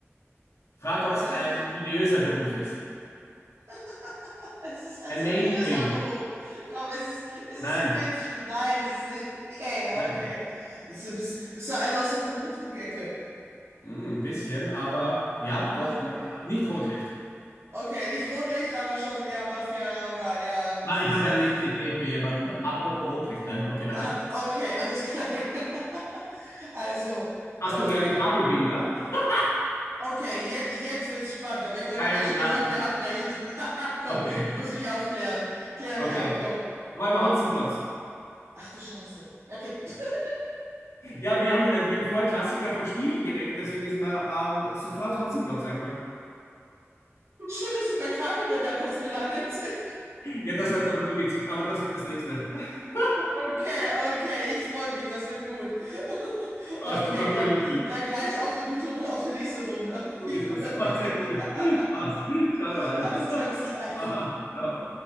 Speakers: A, on the left; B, on the right.
A: Frag,
B: Also
A: ob es
B: ich
A: ein
B: habe mich.
A: seriöser Beruf ist.
B: <laughs> Es ist ein
A: Ein
B: seriöser
A: Mainstream.
B: Beruf. Komm, ist es, ist es
A: Nein.
B: ein Mainstream? Nein, ist es nicht. Okay,
A: Nein.
B: okay. Ist, bist, bist du einer aus der verruchten Ecke?
A: Hm, ein bisschen, aber ja, doch,
B: Mann.
A: ma- äh,
B: <laughs>
A: nicht Rotlicht.
B: Okay, nicht Rotlicht, aber schon eher Mafia oder eher. Es
A: Na, ich
B: ist.
A: habe
B: Äh,
A: eine
B: f-
A: nächste Idee für jemanden. Apropos Rotlicht. Nein, okay, weiter.
B: ah, okay, alles klar. <laughs> Also,
A: Hast
B: äh,
A: du gerne Kabelbinder? <laughs>
B: Okay, jetzt, jetzt wird's spannend, aber ich glaube,
A: Nein,
B: an der
A: äh,
B: Stelle
A: nein.
B: sollten wir abbrechen. <laughs> Komm,
A: Okay,
B: du musst mich aufklären. Klär
A: okay.
B: mich auf, komm.
A: Räuber Hotzenplotz.
B: Ach du Scheiße. Ja, Okay. <laughs>
A: Ja, wir haben, äh, wir haben vorher Klassiker von Spielen geredet, deswegen ist mir ähm, sofort Hotzenplotz eingefallen.
B: Schön, dass wir bei Kabelbinder kurz gelandet sind.
A: Ja, das war jetzt einfach nur witzig, aber das wird das nächste. <laughs>
B: Okay, okay, ich freue mich, das wird gut. <laughs>
A: Passt,
B: Okay,
A: das war
B: dann,
A: voll lustig.
B: dann gleich auf eine gute und auf die nächste Runde. <laughs>
A: So
B: Ich
A: ist
B: freue
A: das. War
B: mich.
A: sehr cool.
B: <laughs>
A: Passt. Ciao derweil.
B: Alles klar, bis gleich.
A: <laughs> Ciao.